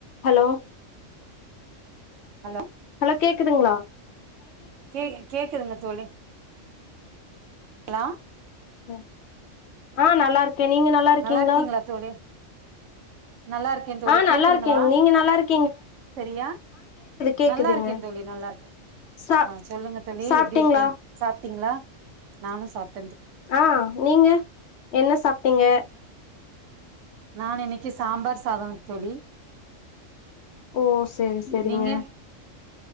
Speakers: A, on the left (about 65°); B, on the right (about 70°).
A: Hello
B: hello
A: hello கேக்குதுங்ளா?
B: கே கேக்குதுங்க தோழி. ஹலோ
A: ம் ஆ நல்லா இருக் க நீங்க நல்லா இருக்கீங்ளா?
B: இருக்கீங்களா தோழி நல்லா இருக்கே தோழி
A: ஆ
B: கேக்குதுங்களா
A: நல்லா இருக்கே நீங்க நல்லா இருக்
B: சரியா
A: கேக்குதுங்க
B: நல்லா இருக்கே தோழி நல்லா இருக்கே
A: சா
B: ஆ சொல்லுங்க தோழி
A: சாப்ட்டீங்களா
B: எப்டி இருக்கீன் சாப் டீங்ளா நானு சாப்
A: ஆ நீங்க என்ன சாப்ட்டீங்க?
B: நா இன்னைக்கி சாம்பார் சாதொ தோழி
A: ஓ செரி செரிங்க
B: நீங்க